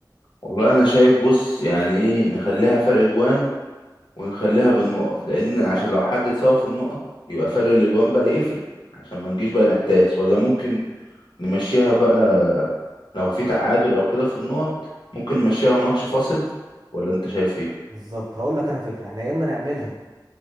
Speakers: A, on the left; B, on the right.
A: والله انا شايف بص يعني ايه نخليها فرق جوان ونخليها بالنقط لان عشان لو حد اتساوى في النقط يبقى فرق الاجوان بقى يفرق عشان ما نجيش بقى نحتاس ولا ممكن نمشيها بقى لو في تعادل او كده في النقط ممكن نمشيها ماتش فاصل ولا انت شايف ايه
B: بالظبط هقول لك انا فكره احنا يا اما نعملها